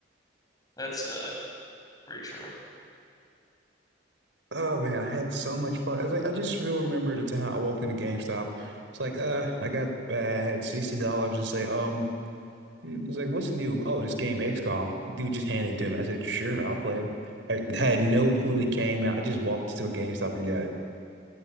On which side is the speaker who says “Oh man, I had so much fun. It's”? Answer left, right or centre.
Right